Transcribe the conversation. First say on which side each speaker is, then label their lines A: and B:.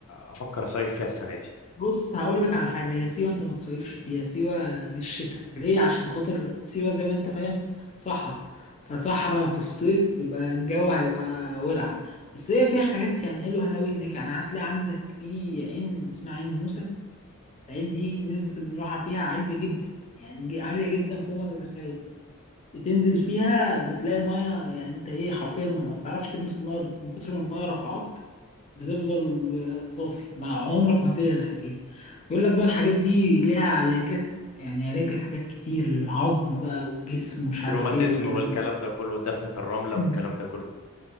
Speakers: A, on the left (about 85°); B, on the left (about 30°).
A: أفكر أصيف فيها السنة دي
B: بص هقول لك على حاجة هي سيوة انت ما تصيفش فيها سيوة للشتاء ليه عشان خاطر سيوة زي ما انت فاهم صحراء فصحراء في الصيف يبقى الجو هيبقى ولع بس هي فيها حاجات يعني حلوة قوي هناك يعني هتلاقي عندك في عين اسمها عين موسى العين دي نسبة الملاحة فيها عالية جدا يعني ج- عالية جدا فوق ما تتخيل بتنزل فيها بتلاقي المية يعني انت ايه حرفيا ما ما بتعرفش تلمس الارض من كتر ما المية رفعاك بتفضل طافي مع عمرك ما تغرق فيها بيقول لك بقى الحاجات دي ليها علاجات يعني علاج لحاجات كتير العظم بقى والجسم ومش عارف
A: والروماتيزم
B: ايه والكلام
A: والكلام
B: ده
A: ده كله والدفن في الرملة
B: <clears throat>
A: والكلام ده كله